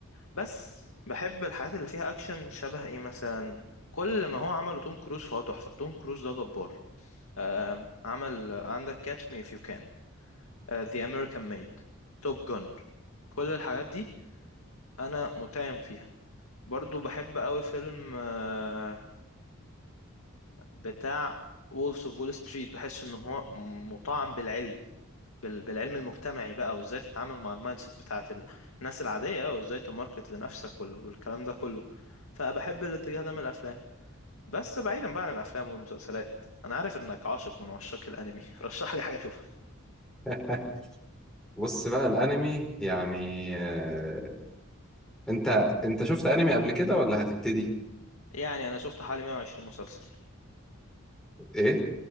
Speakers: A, on the left; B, in the centre.
A: بس بحب الحاجات اللي فيها اكشن شبه ايه مثلا كل ما هو عمله توم كروز فهو تحفة توم كروز ده جبار آم، عمل عندك كاتش مي اف يو كان ذا امريكان ميد توب جون كل الحاجات دي انا متيم فيها برضو بحب قوي فيلم آه، بتاع وولفز اوف وول ستريت بحس ان هو مطعم بالعلم بال- بالعلم المجتمعي بقى وازاي تتعامل مع المايند سيت بتاعت الناس العادية وازاي تماركت لنفسك وال- والكلام ده كله فبحب الاتجاه ده من الافلام بس بعيدا بقى عن الافلام والمسلسلات انا عارف انك عاشق من عشاق الانمي <laughs> رشح لي حاجة اشوفها
B: <laughs> بص بقى الانمي يعني آه، انت انت شفت انمي قبل كده ولا هتبتدي
A: يعني انا شفت حوالي 120 مسلسل
B: ايه